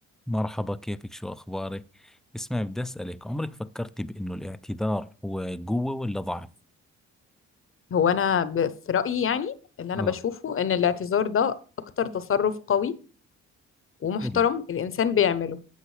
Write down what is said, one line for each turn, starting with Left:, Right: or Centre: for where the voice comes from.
Centre: مرحبا كيفك شو أخبارك؟ اسمعي بدي أسألك عمرك فكرتي بأنه الاعتذار هو قوة ولا ضعف؟
Left: هو انا ب- في رايي يعني اللي انا
Centre: اه
Left: بشوفه ان الاعتذار ده اكتر تصرف قوي ومحترم
Centre: حلو
Left: الانسان بيعمله